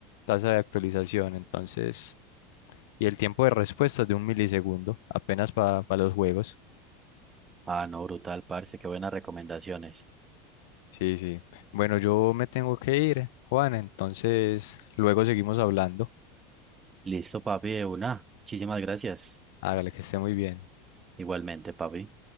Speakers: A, on the left; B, on the right.
A: tasa de actualización, entonces, y el tiempo de respuesta es de un milisegundo, apenas para los juegos.
B: Ah, no, brutal, parce, qué buenas recomendaciones.
A: Sí, sí. Bueno, yo me tengo que ir, Juan, entonces luego seguimos hablando.
B: Listo, papi, de una. Muchísimas gracias.
A: Hágale que esté muy bien.
B: Igualmente, papi.